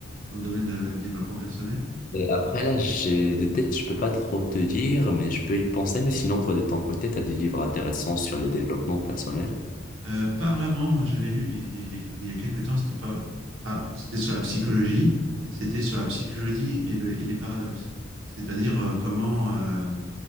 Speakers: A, on the right; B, on the left.
A: dans le domaine de développement personnel?
B: Et après, là, j'ai de tête, je peux pas trop te dire, mais je peux y penser. Mais sinon, toi, de ton côté, tu as des livres intéressants sur le développement personnel.
A: Euh, pas vraiment. Moi, j'avais lu il y, a, il y a quelques temps. C'était pas. Enfin, c'était sur la psychologie. et C'était sur la psychologie et, le- et les paradoxes. C'est-à-dire euh, comment euh,